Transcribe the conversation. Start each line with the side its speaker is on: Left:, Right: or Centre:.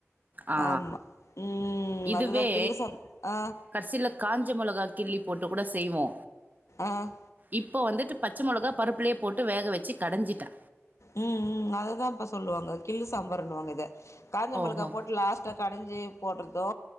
Right: ஆ.
Left: ஆமா ம்
Right: இதுவே
Left: அதுதா கில்லி சாம் ஆ
Right: கடைசில காஞ்ச மெளகா கில்லி போட்டு கூட செய்வோ
Left: ஆ
Right: இப்போ வந்துட்டு பச்ச மொளகா பருப்புலேயே போட்டு வேக வச்சு கடஞ்சிட்டா
Left: ம் ம் அததாபா சொல்லுவாங்க கிள்ளு சாம்பார்ருனு வாங்க இத காஞ்ச
Right: ஓஹோ!
Left: மெளகா போட்டு லாஸ்ட்டா கடஞ்சு போட்றதோ